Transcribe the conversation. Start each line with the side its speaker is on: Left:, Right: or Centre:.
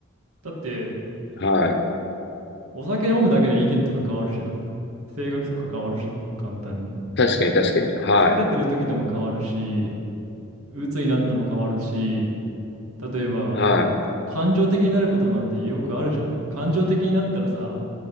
Right: だって、
Left: はい。
Right: お酒飲むだけで意見とか変わるじゃん。性格とか変わるじゃん。簡単に。
Left: 確かに確かに。はい。
Right: 疲れてる時でも変わるし、鬱になっても変わるし、例えば、
Left: は
Right: 感情的になることなんてよくあるじゃない。感情的になったらさ、